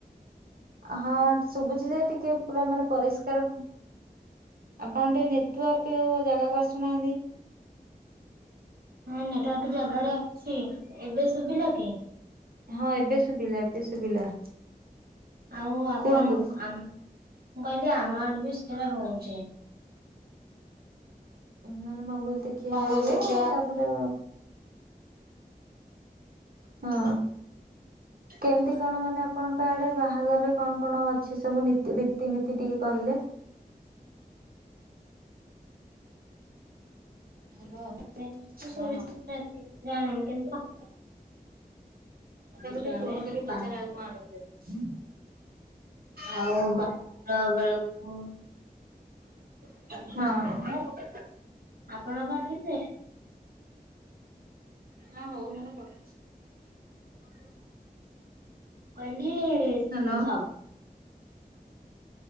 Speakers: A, on the right; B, on the right.
A: ହଁ ଶୁଭୁଛି ଯେ, ଟିକେ ପୁରା ମାନେ ପରିଷ୍ ଷ୍କାର ନୁହଁ। ଆପଣ ଟିକେ ନେଟୱାର୍କ ଜାଗାକୁ ଆସୁନାହାଁନ୍ତି?
B: ହଁ ନେଟୱାର୍କ ଜାଗାରେ ଅଛି। ଏବେ ଶୁଭିଲା କି?
A: ହଁ ଏବେ ଶୁଭିଲା, ଏବେ ଶୁଭିଲା।
B: ଆଉ ଆପଣଙ୍କ
A: କୁହନ୍ତୁ
B: ଆମ ମୁଁ କହିଲି ଆମ ଆଡେ ବି ସେରା ହଉଛି।
A: ମାନେ ମଙ୍ଗୁଳିତି ଖିଆ
B: ମଙ୍ଗୁଳି
A: ହୁଏ,
B: ଦେଖିଆ
A: ତାପରେ ହଁ। କେମତି କଣ ମାନେ ଆପଣଙ୍କ ଆଡ଼େ ବାହାଘରରେ କଣ କଣ ଅଛି ସବୁ ନୀତି ରୀତି ନୀତି ଟିକେ କହିଲେ? ହ୍ୟାଲୋ।
B: ମାନେ ମୁଁ ସେ
A: ହଁ।
B: ବିଷୟରେ ଏତେ କିଛି ଜାଣିନି କିନ୍ତୁ
A: ସେ ତାକୁ
B: ଖିଆ
A: ଟିକେ
B: ହୁଏ
A: ଫୋନ କରିକି ପଚାରେ,
B: ବା
A: ଆଉ କଣ ଆଣିବୁ ଯଦି?
B: ଆଉ ବାହାଘର ବେଳକୁ
A: ହଁ।
B: ଆପଣଙ୍କ ଆଡ଼େ ବି ସେ
A: ଯା ହଉ <unintelligible>
B: ମୁଁ କହିଲି
A: ହ୍ୟାଲୋ।
B: ସବ